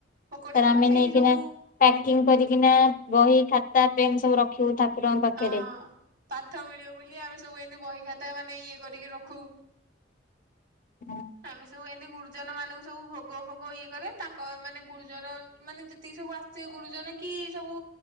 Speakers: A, on the right; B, on the left.
A: ଭୋଗଟେ
B: ତାର
A: କରୁ
B: ଆମେ
A: ସେଇଠି
B: ନେଇକିନା
A: ସବୁ
B: ପ୍ୟାକିଂ କରିକିନା ବହି ଖାତା ପେନ୍ ସବୁ ରଖିବୁ ଠାକୁରଙ୍କ ପାଖେରେ।
A: ହଁ ପାଠ ମିଳିବ ବୋଲି ଆମେ ସବୁ ଏମିତି ବହି ଖାତା ମାନେ ଇଏ କରିକି ରଖୁ।
B: ହଁ।
A: ଆମେ ସବୁ ଏମିତି ଗୁରୁଜନ ମାନଙ୍କୁ ସବୁ ଭୋଗ ଭୋଗ ଇଏ କରେ ତାଙ୍କ ମାନେ ଗୁରୁଜନ ମାନେ ଯେ ତିକି ସବୁ ଆସିଥିବେ ଗୁରୁଜନ କି ସବୁ